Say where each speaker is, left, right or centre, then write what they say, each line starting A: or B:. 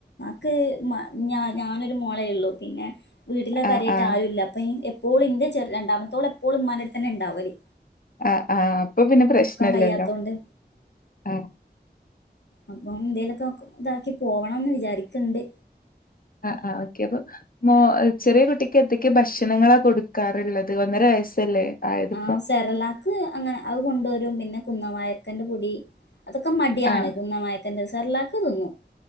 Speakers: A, on the left; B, on the left.
A: <unintelligible> ഞാനൊരു മോളേയുള്ളു പിന്നെ വീട്ടില്
B: ആഹ്
A: കാര്യായിട്ട്
B: ആഹ്
A: ആരുമില്ല അപ്പൊ <unintelligible> <unintelligible> ഇന്റെ ചെറി രണ്ടമത്തോള് എപ്പോഴും ഉമ്മാന്റെടുത്ത് തന്നെ ഉണ്ടാവല്
B: ആ ആ അപ്പൊ പിന്നെ പ്രശ്നില്ലല്ലോ
A: കഴിയാത്തോണ്ട്
B: ആ
A: അപ്പൊ എന്തേലൊക്കെ ഇതാക്കി പോ പോണന്ന് വിചാരിക്കണ്ട്
B: ആ ആ ഓക്കെ അപ്പൊ മോ ചെറിയ കുട്ടിക്ക് എന്തൊക്കെ ഭക്ഷണങ്ങളാ കൊടുക്കാറുള്ളത് ഒന്നര വയസ്സല്ലേ ആയതിപ്പോ
A: ആ സെറളാക്ക് അങ്ങനെ അത് കൊണ്ടുവരും പിന്നെ കുന്നവായ <unintelligible> പൊടി അതൊക്കെ മടിയാണ്
B: ആഹ്
A: തിന്നമാ എന്റെ സെറലാക്ക് തിന്നും